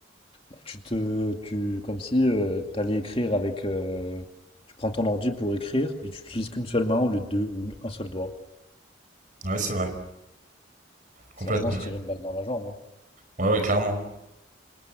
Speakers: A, on the left (about 30°); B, on the right (about 45°).
A: Bah, tu te, tu, comme si euh, tu t'allais écrire avec, euh, tu prends ton ordi pour écrire et tu utilises qu'une seule main au lieu de deux ou un seul doigt.
B: Ouais, c'est vrai. Complètement.
A: C'est vraiment se tirer une balle dans la jambe. hein.
B: Ouais, ouais, clairement.